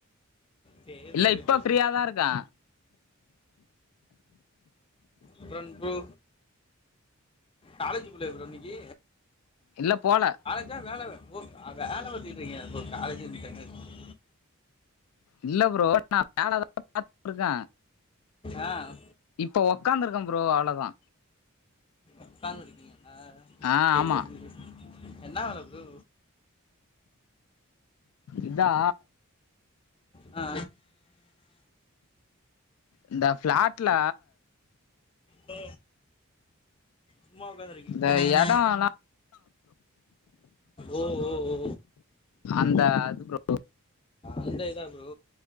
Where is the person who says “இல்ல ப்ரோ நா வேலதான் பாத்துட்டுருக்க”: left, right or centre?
Left